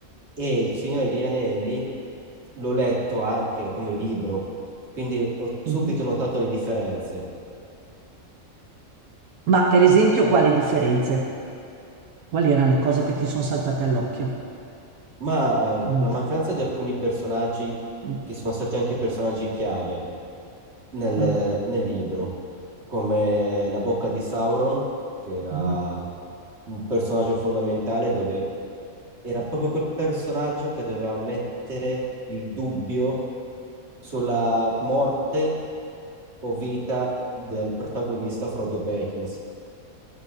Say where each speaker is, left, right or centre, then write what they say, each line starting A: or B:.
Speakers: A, on the right; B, on the right.
A: e Il Signore degli Anelli l'ho letto anche come libro, quindi ho subito
B: mhm.
A: notato le differenze.
B: Ma per esempio, quali differenze? Quali erano le cose che ti sono saltate all'occhio?
A: Ma eh,
B: Due
A: la
B: o tre.
A: mancanza di alcuni personaggi
B: Mm.
A: che sono stati anche personaggi chiave, nel,
B: Ah,
A: nel libro, come la bocca di Sauron, che era
B: ah.
A: un personaggio fondamentale dove era proprio quel personaggio che doveva mettere il dubbio sulla morte o vita del protagonista Frodo Baggins.